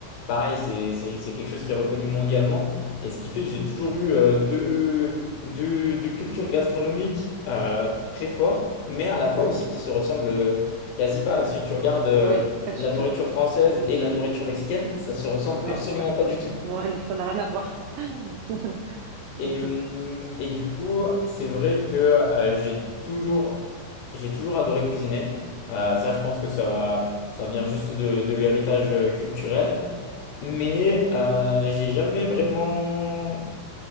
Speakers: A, on the left; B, on the right.
A: pareil, c'est c'est- c'est quelque chose qui est reconnu mondialement. Et ce qui fait que j'ai toujours eu euh, deux, deux, deux cultures gastronomiques euh, très fortes, mais à la
B: <laughs>
A: fois aussi qui se ressemblent euh, quasi pas. Si tu regardes euh,
B: Oui, pas du
A: la
B: tout.
A: nourriture française et la nourriture mexicaine, ça se ressemble
B: Oui,
A: absolument
B: ça,
A: pas du tout.
B: ouais, non, ça n'a rien à voir. <laughs>
A: Et, hum, et du coup, c'est vrai que euh, j'ai toujours, j'ai toujours adoré cuisiner. Euh, ça, je pense que ça, ça vient juste de, de l'héritage euh, culturel. Mais euh, j'ai jamais vraiment